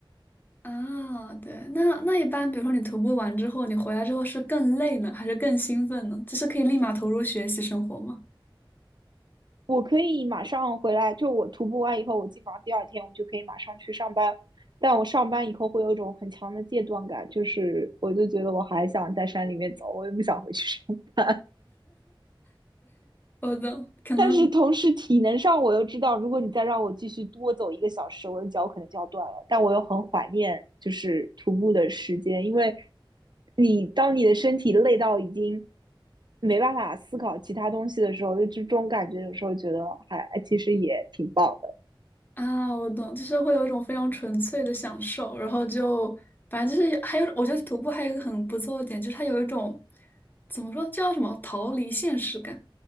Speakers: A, on the left; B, on the right.
A: <laughs> 啊。对，那那一般，比如说你徒步完之后，你回来之后是更累呢，还是更兴奋呢？就是可以立马投入学习生活吗？
B: 我可以马上回来，就我徒步完以后，我基本上第二天我就可以马上去上班。但我上班以后会有一种很强的戒断感，就是我就觉得我还想在山里面走，我又不想回去上班。
A: 我的可能
B: <laughs> 但是同时体能上我又知道，如果你再让我继续多走一个小时，我的脚可能就要断了。但我又很怀念就是徒步的时间，因为你当你的身体累到已经没办法思考其他东西的时候，就这种感觉有时候觉得还哎其实也挺棒的。
A: 啊，我懂，就是会有一种非常纯粹的享受，然后就反正就是还有，我觉得徒步还有一个很不错的点，就是它有一种怎么说，叫什么逃离现实感，